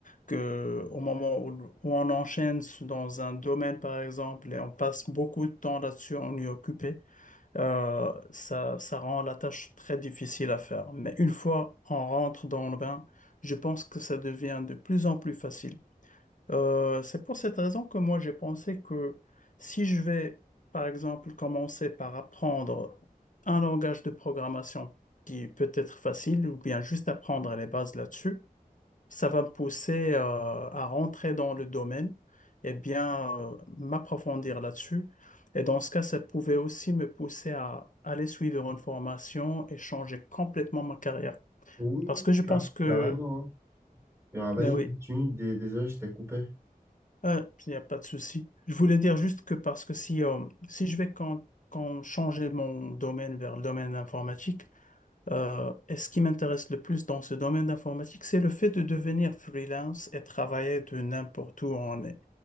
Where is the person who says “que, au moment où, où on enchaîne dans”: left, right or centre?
Left